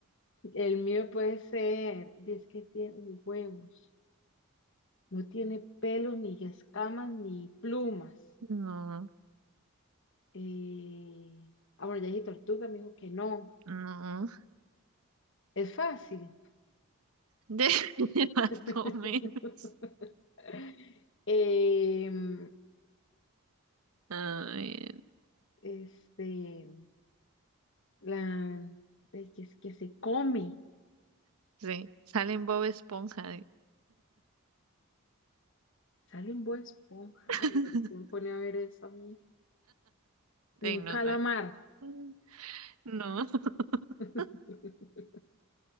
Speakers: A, on the left; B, on the right.
A: el mío puede ser, es que tiene huevos, no tiene pelos, ni escamas, ni plumas.
B: No,
A: Eh, ah, bueno, ya dije tortuga, me dijo que no.
B: no.
A: Es fácil.
B: De <laughs> más
A: <laughs>
B: o menos.
A: Em,
B: A ver,
A: este, la de que, es que se come,
B: sí, salen Bob Esponja.
A: sale en Bob Esponja.
B: <laughs>
A: Ay, ahorita me pone a ver eso a mí. Y
B: Sí,
A: un
B: no
A: calamar.
B: sé. Mm, No. <laughs>
A: <laughs>